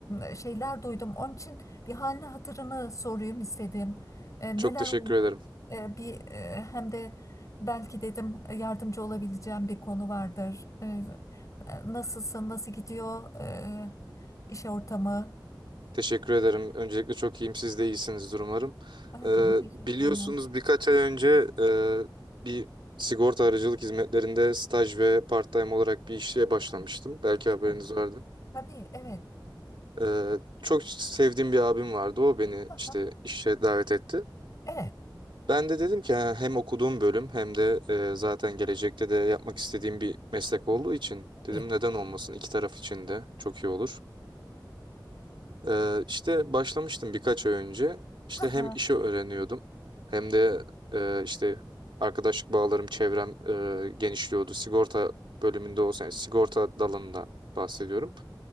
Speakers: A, on the left (about 45°); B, on the right (about 85°).
A: e, şeyler duydum. Onun için bir halini hatırını sorayım istedim. E,
B: Çok
A: neler
B: teşekkür
A: oluyor?
B: ederim.
A: E, bir e, hem de belki dedim e, yardımcı olabileceğim bir konu vardır. E, e, nasılsın? Nasıl gidiyor e, iş ortamı?
B: Teşekkür ederim. Öncelikle çok iyiyim. Siz de iyisinizdir umarım.
A: E,
B: Ee,
A: Teşekkürler.
B: biliyorsunuz birkaç ay önce e, bir sigorta aracılık hizmetlerinde staj ve part-time olarak bir işe başlamıştım.
A: Evet,
B: Belki
A: değil
B: haberiniz
A: mi?
B: vardı.
A: Tabii, evet.
B: Ee, çok sevdiğim bir abim vardı. O beni
A: Aha,
B: işte işe davet etti.
A: Evet.
B: Ben de dedim ki "Ha, hem okuduğum bölüm hem de e, zaten gelecekte de yapmak istediğim bir meslek olduğu için
A: tabii.
B: dedim neden olmasın iki taraf için de çok iyi olur. E, işte başlamıştım birkaç ay önce İşte
A: Ha
B: hem
A: ha.
B: işi öğreniyordum hem de e, işte arkadaşlık bağlarım çevrem e, genişliyordu. Sigorta bölümünde olsaydı sigorta dalından bahsediyorum.